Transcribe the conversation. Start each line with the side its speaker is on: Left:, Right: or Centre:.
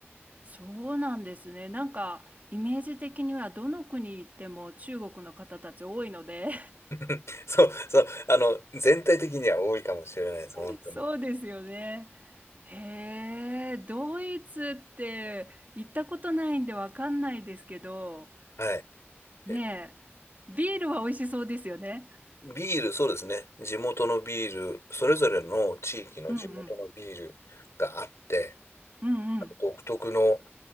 Right: そうなんですね。なんか、イメージ的にはどの国行っても中国の方たち多いので
Left: <laughs> そう、そう、あの、全体的には多いかもしれないです、
Right: <laughs>
Left: 本当に。
Right: そうですよね。へえ、ドイツって行ったことないんでわかんないですけど、
Left: はい。
Right: ねえ、
Left: え
Right: ビールは美味しそうですよね。
Left: ビール、そうですね。地元のビール、それぞれの地域の地元のビールがあって、
Right: うんうん、うん
Left: あの独特の、